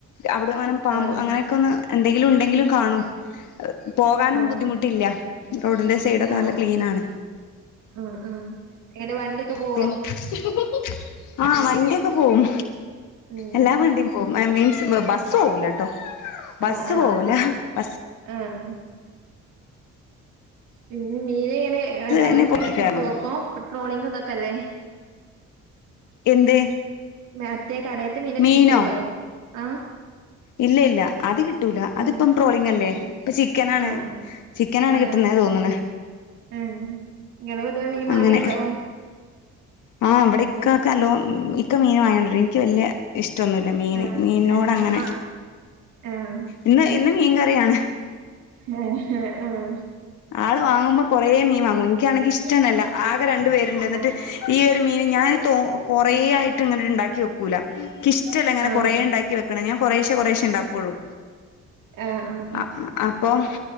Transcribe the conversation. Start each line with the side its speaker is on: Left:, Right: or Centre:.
Left: അവിടെ ഇങ്ങനെ പാമ്പ്
Right: ആഹ്
Left: അങ്ങനൊക്കൊന്ന് എന്തെങ്കിലും ഉണ്ടെങ്കിലും കാണും. പോകാനും
Right: ആഹ്
Left: ബുദ്ധിമുട്ടില്ല്യ ക റോഡിന്റെ സൈഡൊക്കെ
Right: ആഹ്
Left: നല്ല ക്ലീനാണ്.
Right: ആഹ് ആഹ്. എങ്ങനെ വണ്ടിയൊക്കെ പോ
Left: <unintelligible> ആഹ്‌ വണ്ട്യൊക്കെ പോവും.
Right: ഏഹ്
Left: എല്ലാ വണ്ടിം പോവും ഏഹ് മീൻസ് ബസ്സോവൂല ട്ടോ. ബസ്സ്
Right: ആഹ് ആഹ്
Left: പോവൂല. ബസ്
Right: ആഹ്. പിന്നെ മീന് ഇങ്ങനെ
Left: തന്നെ
Right: അല്ല അവിടൊക്കെ
Left: പൊക്കി കാണും
Right: കിട്ടോ പ്പം. ഇപ്പ ട്രോളിംഗും ഇതൊക്കെ അല്ലേ.
Left: എന്ത്.
Right: മറ്റേ കടേത്തെ മീനൊക്കെ
Left: മീനോ
Right: കിട്ടേണ്ടോ? ആഹ്
Left: ഇല്ല ഇല്ല അത് കിട്ടൂല അതിപ്പം
Right: ഏഹ്
Left: ട്രോളിങല്ലേ
Right: ഏഹ്
Left: ഇപ്പം ചിക്കനാണ്.
Right: ആഹ്
Left: ചിക്കനാണ്
Right: ആഹ്
Left: കിട്ടുന്നേ തോന്ന്ണ്.
Right: ഏഹ്. ഇങ്ങെള് പൊതുവെ മീൻ മാങ്ങേണ്ടോ?
Left: അങ്ങനെ ആഹ് ഇവടെ ഇക്കാക്ക് നല്ലോം, ഇക്ക മീൻ വാങ്ങ്യൊണ്ടരും. ഇൻക്ക് വല്യ ഇഷ്ടൊന്നുല്ല മീന്.
Right: ആഹ്
Left: മീൻനോട്
Right: ഏഹ്
Left: അങ്ങനെ
Right: ആഹ് ആഹ്
Left: ഇന്ന് ഇന്ന് മീൻകറിയാണ്.
Right: ഏഹ്
Left: ആള് വാങ്ങുമ്പം കൊറേ മീൻ വാങ്ങും. ഇൻക്കാണെങ്കി ഇഷ് റ്റെന്നല്ല. ആകെ രണ്ടു പേര്ണ്ട് ഇന്നട്ട്
Right: ആഹ്
Left: ഈയൊരു മീന് ഞാൻ തോ കൊറേ ആയിട്ട് ഇങ്ങനട് ഇണ്ടാക്കി വെക്കൂല. ഇക്കിഷ്ടല്ല ഇങ്ങനെ
Right: ആഹ്
Left: കൊറെ ഇണ്ടാക്കി വെക്ക്ണത്. ഞാൻ കെറേശെ കൊറേശെ ഇണ്ടാ കൊള്ളു.
Right: ആഹ് ആഹ് ആഹ്
Left: അ അ അപ്പം